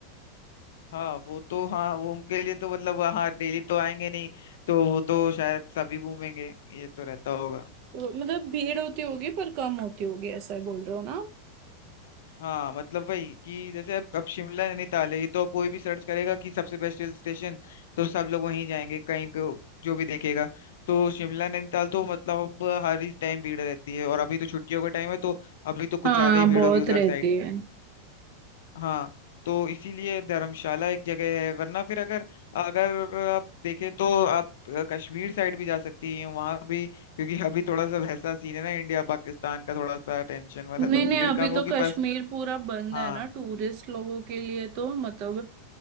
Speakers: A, on the left; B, on the right.
A: हाँ वो तो हाँ वो उनके लिए तो मतलब हाँ डेली तो आएंगे नहीं तो वो तो शायद सभी घूमेंगे ये तो रहता होगा
B: मतलब भीड़ होती होगी पर कम होती होगी ऐसा बोल रहे हो ना आप?
A: हाँ मतलब वही कि जैसे अब अब शिमला नैनीताल है ये तो कोई भी सर्च करेगा कि सबसे बेस्ट हिल स्टेशन तो सब लोग वहीं जाएंगे कहीं पे जो भी देखेगा तो शिमला नैनीताल तो मतलब अब हर ही टाइम भीड़ रहती है और अभी तो छुट्टियों का टाइम है तो अभी तो कुछ
B: हाँ
A: ज्यादा ही भीड़
B: बहुत
A: होगी उधर
B: रहती
A: साइड
B: है
A: हाँ तो इसीलिए धर्मशाला एक जगह है वरना फिर अगर अगर आप देखें तो आप अ, कश्मीर साइड भी जा सकती हैं वहां भी क्योंकि अभी थोड़ा सा वैसा सीन है ना इंडिया पाकिस्तान का थोड़ा सा टेंशन वाला
B: नहीं
A: तो भीड़
B: नहीं हम्म
A: कम
B: अभी
A: होगी
B: तो कश्मीर
A: पर
B: पूरा बंद
A: हाँ
B: है ना टूरिस्ट लोगों के लिए तो मतलब